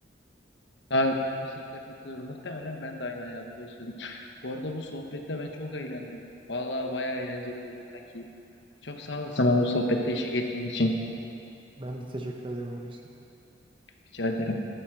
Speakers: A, on the left; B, on the right.
A: Ha, kesinlikle katılıyorum. Muhtemelen ben de aynı hayatı yaşadım. Bu arada bu sohbette ben çok eğlendim. Vallahi bayağı eğlenceli oldu kanki. Çok sağ olasın bana bu sohbette eşlik ettiğin için.
B: Ben de teşekkür ediyorum Hulusi.
A: Rica ederim.